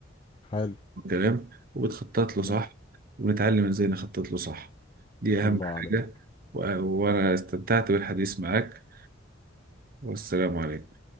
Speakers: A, on the left; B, on the right.
A: حلو
B: كلام وبتخطط له
A: تمام
B: صح ونتعلم ازاي نخطط له صح دي اهم
A: الله
B: حاجة
A: عليك
B: و- وانا استمتعت بالحديث معاك والسلام عليكم